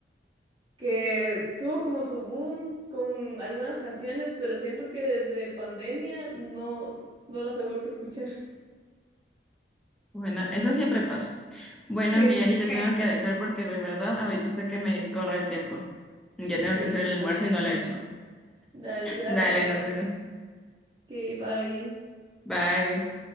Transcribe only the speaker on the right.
que tuvo como su boom con algunas canciones, pero siento que desde pandemia no, no las he vuelto a escuchar. <laughs>
Sí,
sí,
yo
también.
Dale, dale.
Ok, bye.